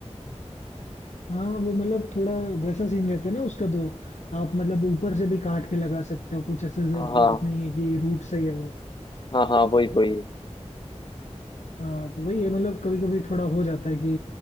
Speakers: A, on the left; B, on the left.
A: हाँ वो मतलब थोड़ा वैसा सीन रहता है ना उसका तो आप मतलब ऊपर से भी काट के लगा सकते हो कुछ ऐसा जरूरत
B: हाँ हाँ
A: नहीं है कि रूट सही है वो
B: हाँ हाँ वही वही
A: हाँ तो वही है मतलब कभी कभी थोड़ा हो जाता है कि